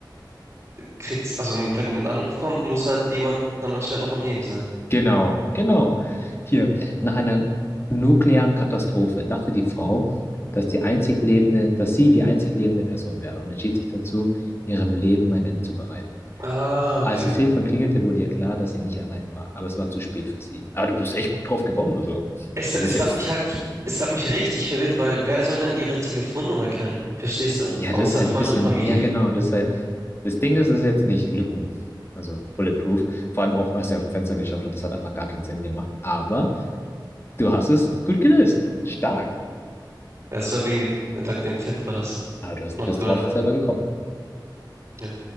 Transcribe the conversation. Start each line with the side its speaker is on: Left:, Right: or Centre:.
Right: kriegt sie, also wenn ein Anruf kommt, muss halt jemand dann anscheinend noch am Leben sein.
Left: Genau. Genau. Hier. Nach einer nuklearen Katastrophe dachte die Frau, dass die einzig lebende, dass sie die einzig lebende Person wäre und entschied sich dazu, ihrem Leben ein Ende zu bereiten.
Right: Ah,
Left: Als
Right: okay.
Left: das Telefon klingelte, wurde ihr klar, dass sie nicht allein war, aber es war zu spät für sie. Aber du bist echt gut drauf gekommen, also.
Right: Es,
Left: Das
Right: es
Left: ist jetzt.
Right: hat mich halt, es hat mich richtig verwirrt, weil wer soll dann ihre Telefonnummer kennen? Verstehst du?
Left: Ja,
Right: Außer
Left: das ist halt
Right: Freunde
Left: ein bisschen.
Right: und Familie.
Left: Ja, genau, das ist halt. Das Ding ist, es ist jetzt nicht Lücken. Also bulletproof. Vor allem auch, als sie auf dem Fenster geschaut hat, das hat einfach gar keinen Sinn gemacht. Aber du hast es gut gelöst. Stark.
Right: Das war wegen dem, dank dem Tipp war das.
Left: Aber du hast,
Right: Not
Left: bist
Right: gonna
Left: drauf
Right: lie.
Left: selber gekommen.
Right: Ja,